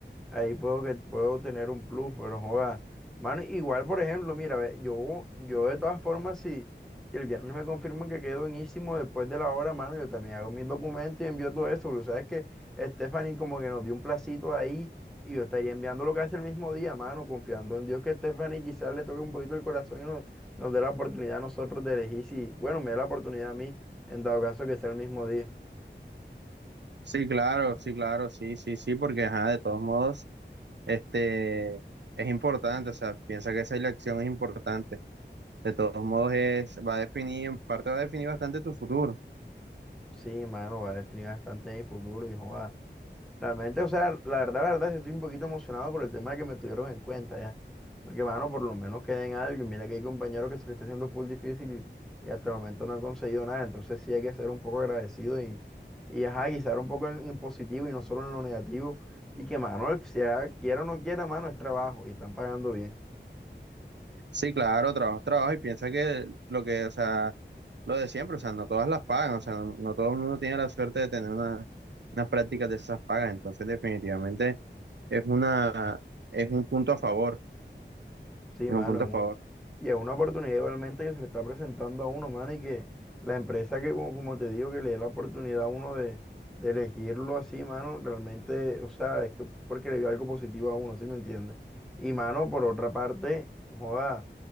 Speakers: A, in the centre; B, on the right.
A: Ahí puedo que puedo tener un plus, pero joda. Mano, igual, por ejemplo, mira, ve, yo, yo de todas formas, si, si el viernes me confirman que quedo en Ísimo después de la hora, mano, yo también hago mis documentos y envío todo eso, porque sabes que Stephanie como que nos dio un placito ahí y yo estaría enviando lo que hace el mismo día, mano, confiando en Dios que Stephanie quizás le toque un poquito el corazón y nos, nos dé la oportunidad a nosotros de elegir si, bueno, me da la oportunidad a mí, en dado caso que sea el mismo día.
B: Sí, claro, sí, claro, sí, sí, sí, porque ajá, de todos modos, este es importante, o sea, piensa que esa elección es importante. De todos modos es, va a definir, en parte va a definir bastante tu futuro.
A: Sí, mano, va a definir bastante mi futuro, hijo. Realmente, o sea, la verdad, la verdad, sí estoy un poquito emocionado por el tema de que me tuvieron en cuenta ya. Porque, mano, por lo menos queda en algo. Y mira que hay compañeros que se le está haciendo full difícil y, y hasta el momento no han conseguido nada. Entonces sí hay que ser un poco agradecido y, y ajá, quizá un poco en, en positivo y no solo en lo negativo. Y que, mano, sea quiera o no quiera, mano, es trabajo y están pagando bien.
B: Sí, claro, trabajo, trabajo, y piensa que lo que, o sea, lo de siempre, o sea, no todas las pagan, o sea, no, no todo el mundo tiene la suerte de tener una, unas prácticas de esas pagas. Entonces, definitivamente es una, es un punto a favor,
A: Sí,
B: es
A: mano,
B: un punto
A: es
B: a favor.
A: una, y es una oportunidad igualmente que se le está presentando a uno, mano, y que la empresa que, como, como te digo, que le dé la oportunidad a uno de, de elegirlo así, mano, realmente, o sea, es que porque le vio algo positivo a uno, ¿sí me entiendes? Y, mano, por otra parte, joda,